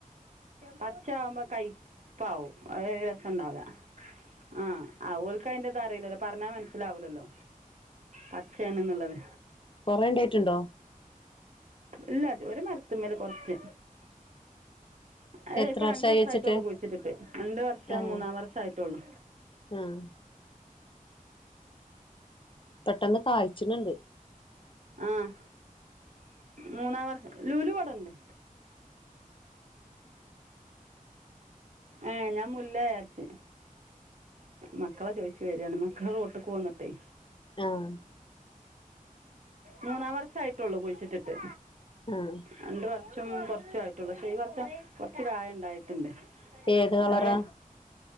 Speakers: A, on the right (about 55°); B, on the left (about 35°).
A: പച്ച ആവുമ്പ കയ്പ്പാവും അഅ് രസണ്ടാവൂല. ആഹ്. ആ ഓൽക്ക് അയിന്റെ ത് അറിയില്ലല്ലോ. പർഞ്ഞാ മനസ്സിലാവൂലല്ലെ? പച്ചയാണ്ന്നുള്ളത്
B: കൊറേണ്ടായിട്ടുണ്ടോ
A: ഇല്ലാ. ജ് ഒര് മര്ത്ത്മ്മല് കൊർച്ച്. അഅ്
B: എത്ര
A: പ്പൊ
B: വർഷായി
A: രണ്ടർഷായിട്ടുള്ളു
B: വെച്ചിട്ട്
A: കുഴിച്ചിട്ടിട്ട്. രണ്ട് വർഷം
B: ആഹ്
A: മൂന്നാം വർഷായി ട്ടെള്ളൂ.
B: ആഹ് പെട്ടെന്ന് കായ്ച്ചിണ് ണ്ട്.
A: ആഹ്. മൂന്നാമ <unintelligible> ലുലു ഇവടണ്ട്. ഏ. ഞാ മുല്ലേയാര്ച്ച്. മക്കളെ ചോദിച്ചു വരിയാണ് മക്കൾ റോട്ട്ക്ക്ന്നട്ടെ
B: ആഹ്
A: മൂന്നാം വർഷം ആയിട്ടുള്ളൂ കുഴിച്ചിട്ടിട്ട്
B: ആഹ്
A: രണ്ട് വർഷും കുറച്ചും ആയിട്ടുള്ളൂ പക്ഷേ ഈ വർഷം കുറച്ച് കായി ഉണ്ടായി ണ്ട്.
B: ഏത് കളറാ
A: അഅ്